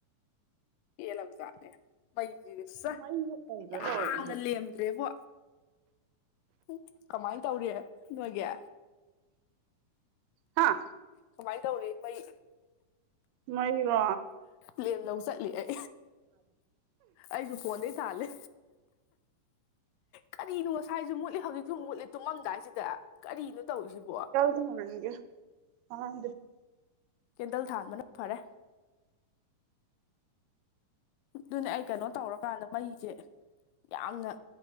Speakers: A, on the left; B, on the right.
A: ꯄꯦꯜꯂꯕꯖꯥꯅꯤ ꯃꯩꯖꯤꯖꯨ ꯆ
B: ꯃꯩꯅ ꯀꯩꯅꯣ
A: ꯌꯥꯝꯅ
B: ꯇꯧꯔꯛꯏꯁꯦ
A: ꯂꯦꯝꯗ꯭ꯔꯦꯕꯣ ꯍꯨꯝ ꯀꯃꯥꯏꯟ ꯇꯧꯔꯤ ꯅꯣꯏꯒꯤ
B: ꯍꯥꯥ
A: ꯀꯃꯥꯏꯟ ꯇꯧꯔꯤ ꯃꯩ
B: ꯃꯩꯔꯣ
A: ꯂꯦꯝ ꯂꯧ ꯆꯠꯂꯤ ꯑꯩ ꯑꯩꯖꯨ ꯐꯣꯟꯗꯩ ꯊꯥꯜꯂꯦ ꯀꯔꯤꯅꯣ ꯉꯁꯥꯏꯖꯨ ꯃꯨꯠꯂꯤ ꯍꯧꯖꯤꯛꯁꯨ ꯃꯨꯛ ꯃꯨꯠꯂꯤ ꯇꯨꯝꯃꯝꯗꯥꯏꯁꯤꯗ ꯀꯔꯤꯅꯣ ꯇꯧꯔꯤꯁꯤꯕꯣ
B: <unintelligible>
A: ꯀꯦꯟꯗꯜ ꯊꯥꯟꯕꯅ ꯐꯔꯦ ꯑꯗꯨꯅꯦ ꯑꯩ ꯀꯩꯅꯣ ꯇꯧꯔꯀꯥꯟꯗ ꯃꯩꯖꯦ ꯌꯥꯝꯅ